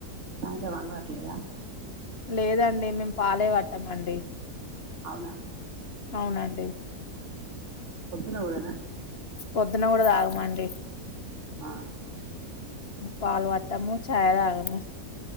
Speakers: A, on the right; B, on the left.
A: సాయంత్రం అలవాట్లేదా
B: లేదండి మేము పాలే పట్టము అండి
A: అవునా
B: అవునండి
A: పొద్దున కూడానా
B: పొద్దున్న కూడా తాగ మండి
A: ఆ
B: పాల్ వట్టము చాయ తాగము